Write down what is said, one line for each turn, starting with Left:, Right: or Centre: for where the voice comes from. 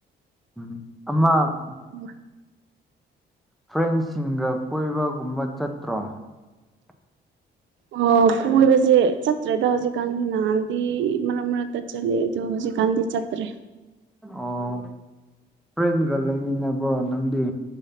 Centre: ꯎꯝ ꯑꯃ
Right: ꯎꯝ
Centre: ꯐ꯭ꯔꯦꯟꯁꯤꯡꯒ ꯀꯣꯏꯕꯒꯨꯝꯕ ꯆꯠꯇ꯭ꯔꯣ <inaudible>
Right: ꯑꯣ ꯀꯣꯏꯕꯁꯦ ꯆꯠꯇ꯭ꯔꯦꯗ ꯍꯧꯖꯤꯛꯀꯥꯟꯁꯦ ꯅꯍꯥꯟꯗꯤ ꯃꯔꯛ ꯃꯔꯛꯇ ꯆꯠꯂꯦ ꯑꯗꯣ ꯍꯧꯖꯤꯛꯀꯥꯟꯗꯤ ꯆꯠꯇ꯭ꯔꯦ
Centre: ꯑꯣ ꯐ꯭ꯔꯦꯟꯒ ꯂꯩꯃꯤꯟꯅꯕ꯭ꯔꯣ ꯅꯪꯗꯤ